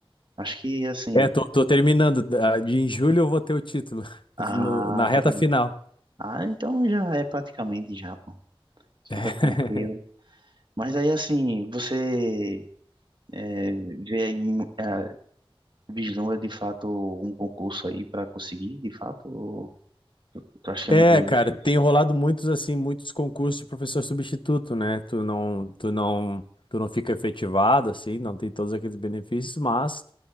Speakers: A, on the right; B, on the left.
A: Acho que, assim,
B: É, tô, tô terminando. da- De em julho eu vou ter o título, <laughs>
A: a,
B: no- na reta final.
A: Ah, então já é praticamente já, pô.
B: <laughs>
A: Fica tranquilo. Mas aí, assim, você é, vê aí, mu- é, vislumbra de fato um concurso aí pra conseguir, de fato, ou tu acha que
B: É,
A: é muito
B: cara,
A: difícil?
B: tem rolado muitos assim, muitos concursos de professor substituto, né? Tu não, tu não, tu não fica efetivado assim, não tem todos aqueles benefícios, mas